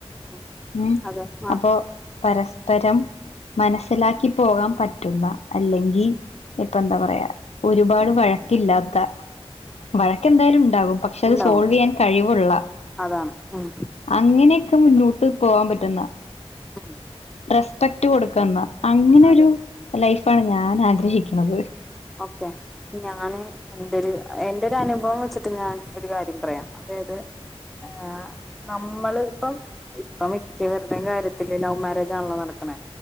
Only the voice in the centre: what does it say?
ഉം
അതെ ആഹ്
ഉം
ഇണ്ടാവും
അതാണ് ഉം
ഉം
അതെ
ഓക്കെ ഞാന് എന്റെരു എന്റൊരു അനുഭവം വെച്ച് ത്ത് ഞാൻ ഒരു കാര്യം പറയാം അതായത് ഞാൻ ഒരു കാര്യം പറയാം ങ് നമ്മള് ഇപ്പം ഇപ്പ മിക്കവരുടെയും കാര്യത്തില് ലവ് മാരേജ് ആണല്ലോ നടക്ക്ണേ